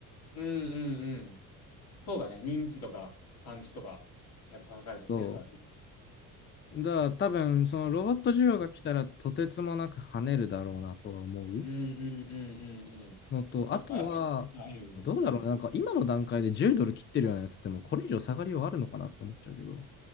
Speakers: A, on the left; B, on the left.
A: うんうんうん。そうだね。認知とか感知とか、やっぱ考えるとセンサーは必須。
B: そう。だから多分、そのロボット需要が来たら、とてつもなく跳ねるだろうなとは思う。
A: うんうんうんうんうん。
B: のと、
A: だからやっぱり、
B: あとは、
A: あ、いいよいいよ。
B: どうだろうな、
A: うん。
B: なんか今の段階で10ドル切ってるようなやつってもうこれ以上下がりはあるのかなって思っちゃうけど、